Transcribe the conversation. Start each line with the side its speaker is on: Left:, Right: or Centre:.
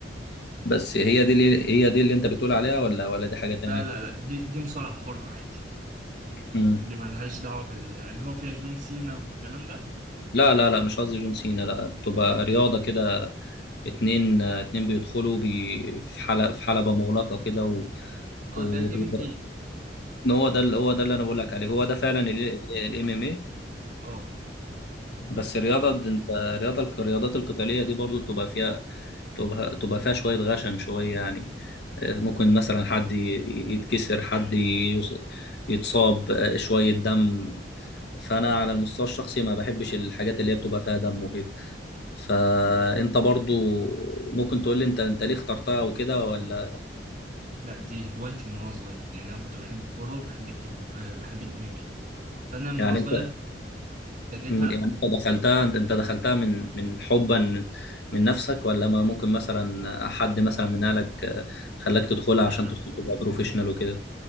Left: بس هي دي اللي هي دي اللي انت بتقول عليها ولا ولا دي حاجه تانية
Right: لا لا لا دي دي مصارعة حرة عادي
Left: امم
Right: دي مالهاش دعوة بال اللي هو فيها جون سينا والكلام ده
Left: لا لا لا مش قصدي جون سينا لا بتبقى رياضه كده اتنين آه، اتنين بيدخلوا بي في حلبه في حلبه مغلقه كده و
Right: اه
Left: وبيضرب
Right: ده الام ام اي
Left: هو ده اللي- هو ده اللي انا بقول لك عليه هو ده فعلا
Right: ايوه
Left: الام ام اي.
Right: اه
Left: بس الرياضة
Right: يعني
Left: د- انت الرياضة الك- الرياضات القتالية دي برضو بتبقى فيها تبقى, تبقى فيها شوية غشم شوية يعني آه، ممكن مثلا حد ي- يتكسر حد يص- يتصاب آه، شوية دم فأنا على المستوى الشخصي ما بحبش الحاجات اللي هي بتبقى فيها دم وكده فأنت برضو ممكن تقول لي أنت أنت ليه اخترتها وكده ولا
Right: لا دي هوايتي من وانا صغير يعني انا كنت بحب الكورة وبحب الكيك بوكس بحب الام ام اي. فانا من
Left: يعني
Right: وانا صغير
Left: أنت
Right: ابتديتها
Left: مم، يعني انت دخلتها انت دخلتها من من حبا من نفسك ولا ما ممكن مثلا حد مثلا من اهلك آه، خلاك تدخلها
Right: لا
Left: عشان
Right: لا
Left: تدخل تبقى بروفيشنال وكده